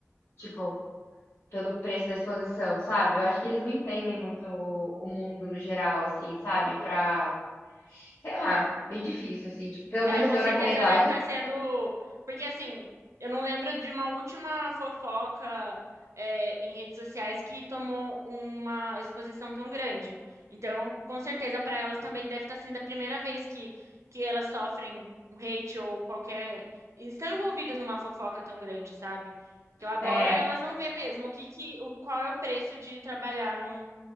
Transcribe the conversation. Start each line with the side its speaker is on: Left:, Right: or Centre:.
Left: Tipo, pelo preço da exposição, sabe? Eu acho que eles não entendem muito o, o mundo no geral, assim, sabe? Pra, sei lá, meio difícil, assim. Tipo, pelo menos
Right: É, com
Left: eu
Right: certeza
Left: naquela idade,
Right: deve estar sendo. Porque, assim, eu não lembro de uma última fofoca, é, em redes sociais que tomou uma exposição tão grande. Então, com certeza, para elas também deve estar sendo a primeira vez que, que elas sofrem um hate ou qualquer. Estão envolvidas numa fofoca tão grande, sabe? Então, agora
Left: é,
Right: elas vão ver mesmo o que, que, o, qual é o preço de trabalhar no,